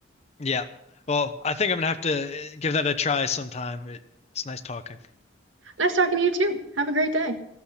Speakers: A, on the left; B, on the right.
A: yeah. Well, I think I'm gonna have to uh, give that a try sometime. It, it's nice talking.
B: Nice talking to you too. Have a great day.